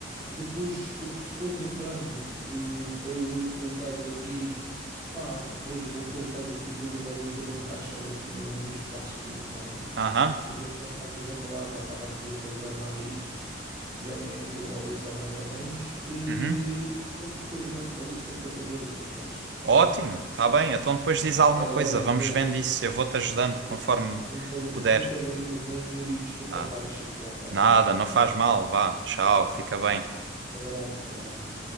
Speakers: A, on the right; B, on the right.
A: Depois, o que te fores lembrando, eh, para eu ir colocando aqui, pá, depois vou colocando aqui tudo numa lista e vou encaixando aqui no, nos espaços que ainda tenho.
B: aham,
A: porque enquanto estávamos a falar, já estava aqui a programar isto, já tenho aqui uma lista mais ou menos, e
B: uhum.
A: depois, depois mando a lista para tu veres o que é que achas, está
B: Ótimo,
A: bem?
B: está bem. Então depois diz alguma
A: Olha,
B: coisa,
A: olha,
B: vamos
A: vê,
B: vendo isso. Eu vou-te ajudando
A: vê.
B: conforme
A: muito, obri-
B: puder.
A: muito obrigado mesmo, Yuri, desculpa
B: Ah,
A: estar a chatear, está
B: nada,
A: bem?
B: não faz mal. Vá, tchau, fica bem.
A: Um abraço, abraço.